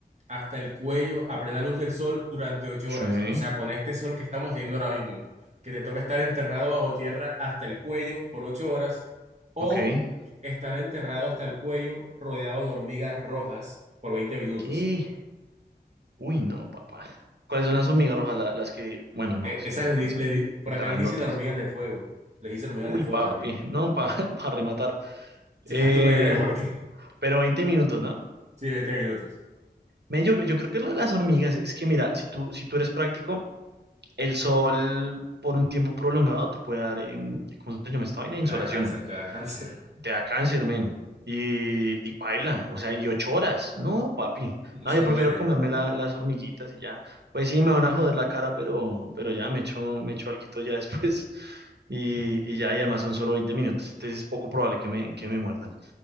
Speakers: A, on the right; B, on the right.
A: hasta el cuello a plena luz del sol durante ocho
B: Sí.
A: horas. O sea, con este sol que estamos teniendo ahora mismo, que te toca estar enterrado bajo tierra hasta el cuello por ocho horas o
B: Ok.
A: estar enterrado hasta el cuello rodeado de hormigas rojas por 20 minutos.
B: ¿Qué? Uy, no, papá. ¿Cuáles son las hormigas rojas? La- las que. Bueno, no,
A: E-
B: sí,
A: esas
B: ya sé
A: le
B: cuáles
A: di-
B: son.
A: le di- por
B: Las
A: acá
B: Grandotas.
A: les dicen hormigas de fuego. Les dicen hormigas
B: Uy,
A: de fuego
B: papi.
A: también.
B: No, para <laughs> pa rematar.
A: <laughs>
B: Eh,
A: Hazte una idea de por qué.
B: pero 20 minutos, ¿no?
A: Sí, veinte minutos.
B: Men, yo, yo creo que lo de las hormigas es que, mira, si tú, si tú eres práctico, el sol por un tiempo prolongado te puede dar. em, ¿cómo se llama esta vaina? Insolación.
A: Te da cáncer, te da cáncer. <laughs>
B: Te da cáncer, men. Y, y paila, o sea, y ocho horas. No, papi.
A: No
B: No,
A: se
B: yo
A: muere.
B: prefiero comerme la- las hormiguitas y ya. Pues sí, me van a joder la cara, pero, pero ya me echo, me echo alguito ya después. <laughs> Y,
A: <laughs>
B: y ya, y además son solo 20 minutos. Entonces es poco probable que me, que me muerdan.